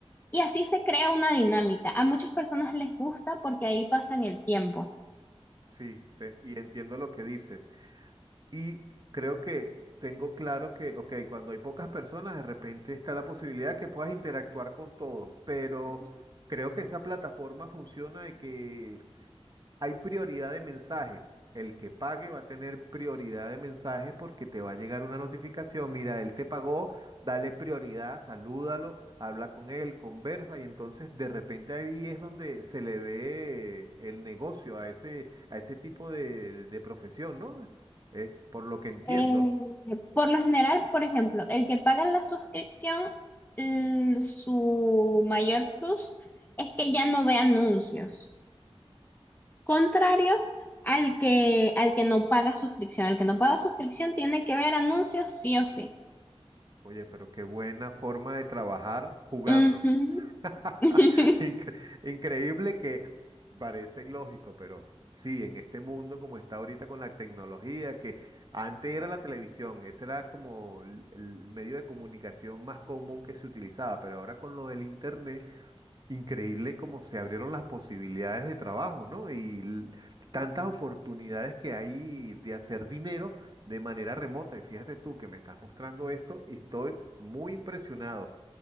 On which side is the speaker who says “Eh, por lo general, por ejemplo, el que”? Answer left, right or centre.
Left